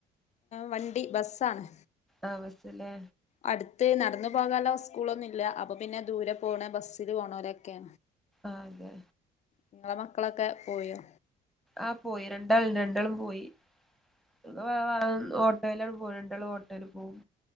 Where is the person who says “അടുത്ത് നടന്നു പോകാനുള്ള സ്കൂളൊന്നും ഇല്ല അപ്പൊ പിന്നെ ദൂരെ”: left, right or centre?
Left